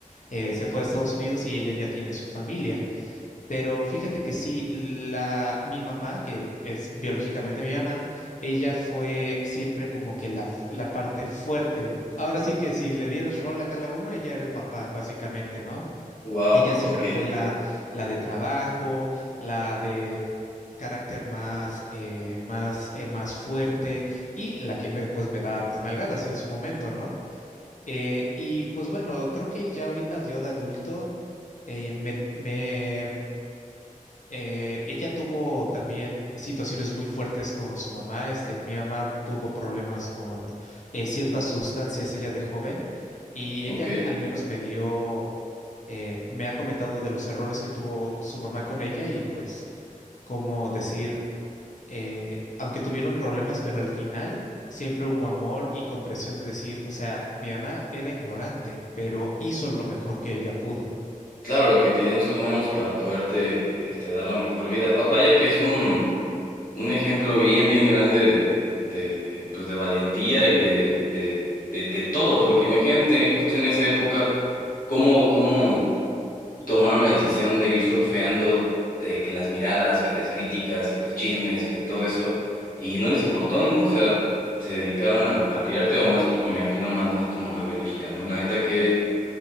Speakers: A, on the left; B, on the left.
A: eh, se fue a Estados Unidos y ella ya tiene su familia. Pero fíjate que sí, la, mi mamá, que es biológicamente mi mamá, ella fue siempre como que la, la parte fuerte. Ahora sí que si le dieras rol a cada uno, ella era el papá, básicamente, ¿no?
B: Wow,
A: Ella siempre
B: ok,
A: fue la, la de trabajo, la de carácter más, eh, más, eh, más fuerte y la que me, pues, me da mis nalgadas en su momento, ¿no? Eh, y pues bueno, creo que ya ahorita yo de adulto, eh, me, me, eh, ella tuvo también situaciones muy fuertes con su mamá. Este, mi mamá tuvo problemas con eh, ciertas sustancias ella de joven y
B: ok.
A: ella al menos me dio eh, me ha comentado de los errores que tuvo su mamá con ella y pues cómo decir, eh, aunque tuvieron problemas, pero al final siempre hubo amor y comprensión de decir, o sea, mi mamá era ignorante, pero hizo lo mejor que ella pudo.
B: Claro, lo que tiene en sus manos para poderte este, dar la mejor vida. Va- vaya que es un... Un ejemplo bien, bien grande de, de, pues de valentía y de, de, de, de todo, porque imagínate justo en esa época cómo, cómo tomaron la decisión de ir surfeando eh, que las miradas, que las críticas, que los chismes, que todo eso, y no les importó, ¿no? O sea, se dedicaron a, a criarte o más, tu- me imagino más, más tu mamá biológica, ¿no? La neta, que